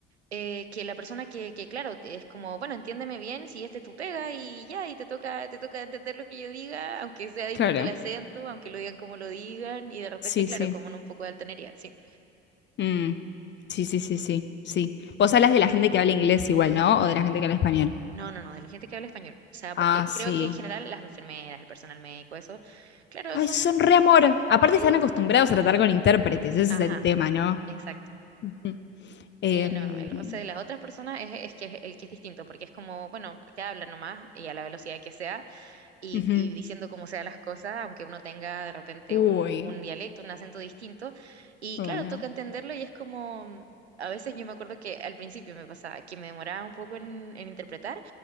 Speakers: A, on the right; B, on the left.
A: eh, que la persona que, que, claro, te- es como, bueno, entiéndeme bien, si este es tu pega y ya, y te toca, te toca entender lo que yo diga, aunque sea distinto
B: Claro,
A: el acento, aunque lo digan como lo digan, y de repente,
B: sí,
A: claro,
B: sí.
A: como en un poco de altanería, sí.
B: Mm. Sí, sí, sí, sí, sí. Vos hablas de la gente que habla inglés igual, ¿no? O de la gente que habla español.
A: No, no, no, de la gente que habla español. O sea,
B: Ah,
A: porque
B: sí.
A: creo que en general las enfermeras, el personal médico, eso, claro,
B: Ay,
A: son,
B: son re amor. Aparte
A: sí,
B: están acostumbrados a tratar con intérpretes, ese
A: ajá,
B: es el tema, ¿no?
A: exacto.
B: Ujú. Em,
A: Sí, no, el roce de las otras personas es, es que es el que es distinto, porque es como, bueno, te hablan nomás y a la velocidad que sea y,
B: ujú.
A: y diciendo cómo sea las cosas, aunque uno tenga de repente
B: Uy,
A: un, un dialecto, un acento distinto. Y
B: uy,
A: claro,
B: no.
A: toca entenderlo y es como, mm, a veces yo me acuerdo que al principio me pasaba que me demoraba un poco en, en interpretar